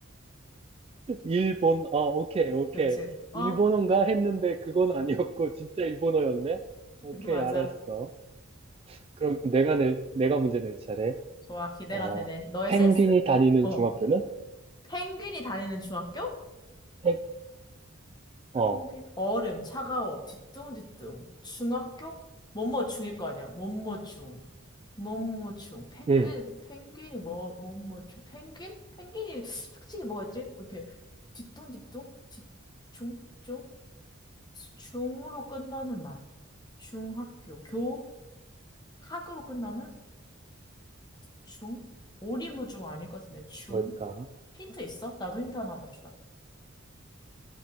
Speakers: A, on the right (about 30°); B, on the left (about 20°).
A: 일본, 아, 오케이, 오케이.
B: 그치. 어,
A: 일본어인가 했는데 그건 아니었고, <laughs> 진짜 일본어였네? 오케이,
B: <laughs>
A: 알았어.
B: 맞아.
A: 그럼 내가 낼, 내가 문제 낼 차례.
B: 좋아. 기대가
A: 어,
B: 되네. 너의
A: 펭귄이
B: 센스?
A: 다니는
B: 어.
A: 중학교는?
B: 펭귄이 다니는 중학교?
A: 펭- 어,
B: 펭귄. 얼음, 차가워, 뒤뚱뒤뚱. 중학교? 뭐뭐 중일 거 아니야. 뭐뭐 중. 몸모충, 펭귄,
A: 응,
B: 펭귄이 뭐, 몸모충, 펭귄? 펭귄이 특징이 뭐였지? 이렇게 뒤뚱뒤뚱, 뒤중, 중, 중으로 끝나는 말. 중학교, 교, 학으로 끝나는 중, 오리무중 아닐 것 같은데, 중.
A: 뭘까?
B: 힌트 있어? 나도 힌트 하나만 주라.